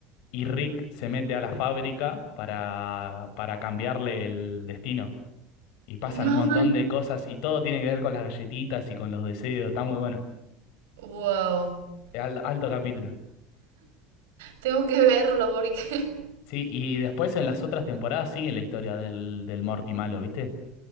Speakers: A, on the left; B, on the right.
A: y Rick se mete a la fábrica para, para cambiarle el destino. Y pasan
B: No,
A: un montón
B: man.
A: de cosas y todo tiene que ver con las galletitas y con los deseos. Está muy bueno.
B: Wow.
A: Al- alto capítulo.
B: Tengo que verlo porque <laughs>
A: Sí, y después en las otras temporadas sigue la historia del, del Morty malo, ¿viste?